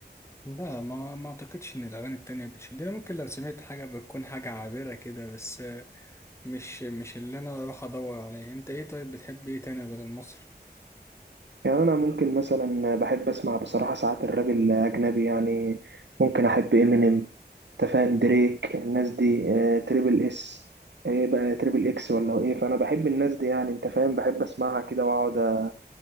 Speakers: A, on the left (about 15°); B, on the right (about 85°).
A: لا ما ما أعتقدش إن الأغاني التانية بتشدني ممكن لو سمعت حاجة بتكون حاجة عابرة كده بس آه، مش مش اللي انا اروح ادور عليه انت ايه طيب بتحب ايه تاني غير المصري
B: يعني أنا ممكن مثلا بحب أسمع بصراحة ساعات الراب الأجنبي يعني ممكن أحب إمينيم تفاهم دريك الناس دي آه، تريبل إس إيه بقى تريبل إكس ولا إيه فأنا بحب الناس دي يعني أنت فاهم بحب أسمعها كده وأقعد آه،